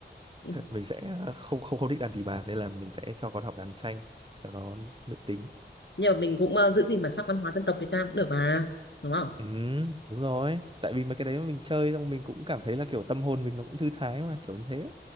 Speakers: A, on the left (about 70°); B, on the right (about 25°).
A: Ừ.
B: mình sẽ không không không thích đàn tỳ bà nên là mình sẽ cho con học đàn tranh cho nó nữ tính
A: nhưng mà mình cũng ờ, giữ gìn bản sắc văn hóa dân tộc Việt Nam cũng được mà đúng không
B: ừ đúng rồi tại vì mà cái đấy mà mình chơi xong mình cũng cảm thấy là kiểu tâm hồn mình nó cũng thư thái mà kiểu như thế